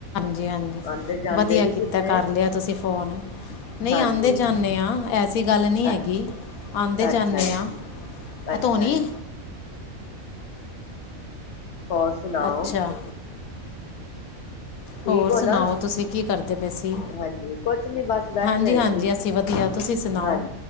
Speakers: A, on the left; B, on the left.
A: ਹਾਂਜੀ,
B: ਆਉਂਦੇ ਜਾਂਦੇ
A: ਵਧੀਆ
B: ਨੀ
A: ਕੀਤਾ
B: ਕਿਧਰੇ
A: ਕਰ ਲਿਆ ਤੁਸੀਂ। ਫੋਨ ਨਹੀਂ,
B: ਹਾਂਜੀ
A: ਆਉਂਦੇ ਜਾਂਦੇ ਹਾਂ, ਐਸੀ ਗੱਲ ਨਹੀਂ
B: ਅ
A: ਹੈਗੀ ਆਂਦੇ ਜਾਂਦੇ
B: ਅੱਛਾ ਜੀ
A: ਹਾਂ,
B: ਅੱਛਾ
A: ਇਹ ਧੋਨੀ
B: ਜੀ
A: ਹੈ।
B: ਹੋਰ ਸੁਣਾਓ
A: ਅੱਛਾ,
B: ਠੀਕ
A: ਹੋਰ
B: ਹੋ
A: ਸੁਣਾਓ
B: ਨਾ
A: ਤੁਸੀਂ ਕੀ ਕਰਦੇ? ਪਏ ਸੀ
B: ਹਾਂਜੀ, ਕੁਛ ਨੀ ਬਸ ਬੈਠੇ
A: ਹਾਂਜੀ ਹਾਂਜੀ
B: ਸੀ,
A: ਅਸੀਂ ਵਧੀਆ ਤੁਸੀਂ ਸੁਣਾਓ
B: ਹਾਂ,